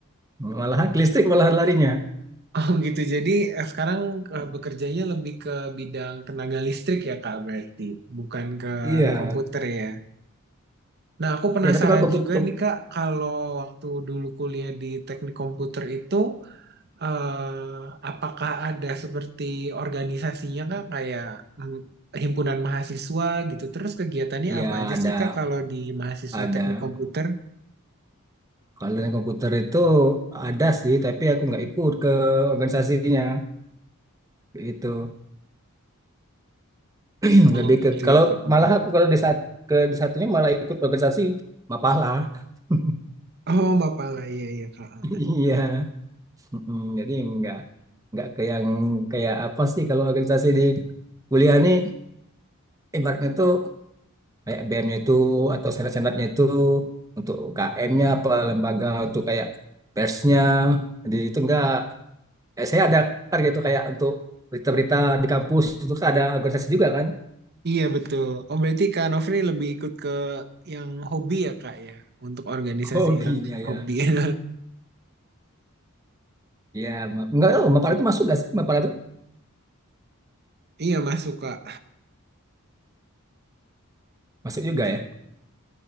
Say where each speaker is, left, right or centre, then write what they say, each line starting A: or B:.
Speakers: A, on the right; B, on the right.
A: malahan ke listrik malahan larinya.
B: Oh gitu. Jadi eh, sekarang eh, bekerjanya lebih ke bidang tenaga listrik ya Kak berarti. Bukan ke
A: Iya.
B: komputer ya. Nah aku penasaran
A: Ya, tapi kalau komputer,
B: juga nih Kak. Kalau waktu dulu kuliah di teknik komputer itu. eh, apakah ada seperti organisasinya kak kayak mm, himpunan mahasiswa gitu. Terus kegiatannya
A: ya
B: apa aja
A: ada
B: sih kak kalau di mahasiswa
A: ada
B: teknik komputer?
A: kalau dengan komputer itu ada sih, tapi aku nggak ikut ke organisasinya gitu. <clears throat>
B: Oh
A: Lebih
B: gitu
A: ke kalau
B: ya. Kak.
A: malah aku kalau di saat ke di satunya malah ikut organisasi Mapala. <laughs>
B: Oh bapak lah iya iya kak.
A: Iya. Mm, Jadi nggak nggak ke yang kayak apa sih kalau organisasi di kuliah nih ibaratnya tuh kayak BM-nya itu atau senat-senatnya itu untuk UKM-nya apa lembaga untuk kayak persnya. Jadi itu enggak eh, saya ada target itu kayak untuk berita-berita di kampus itu kan ada organisasi juga kan
B: Iya betul. Oh berarti kak Nofri lebih ikut ke yang hobi ya kak ya untuk organisasi
A: <laughs> hobinya
B: yang hobi.
A: ya
B: <laughs>
A: ya ma- enggak oh, Mapala itu masuk gak sih Mapala itu
B: Iya masuk kak.
A: masuk juga ya